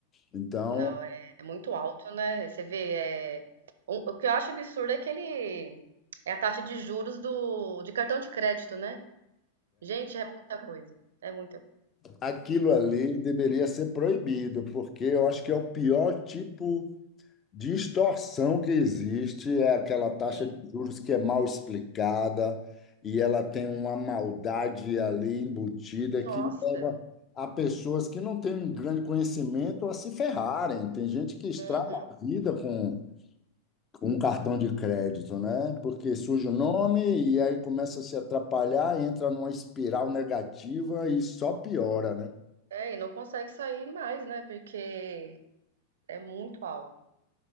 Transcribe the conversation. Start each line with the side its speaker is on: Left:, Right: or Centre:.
Left: Então,
Right: não, é, é muito alto, né? Você vê, é... o o que eu acho absurdo é aquele... É a taxa de juros do... de cartão de crédito, né? Gente, é muita coisa. É muita coisa.
Left: Aquilo ali deveria ser proibido, porque eu acho que é o pior tipo de extorsão que existe, é aquela taxa
Right: Sim.
Left: de juros que é mal explicada e ela tem uma maldade ali embutida
Right: Nossa.
Left: que leva a pessoas que não têm um grande conhecimento a se ferrarem. Tem gente que estraga
Right: Uhum.
Left: a vida com, com um cartão de crédito, né? Porque surge o nome e aí começa a se atrapalhar, entra numa espiral negativa e só piora, né?
Right: É, e não consegue sair mais, né? Porque é muito alto.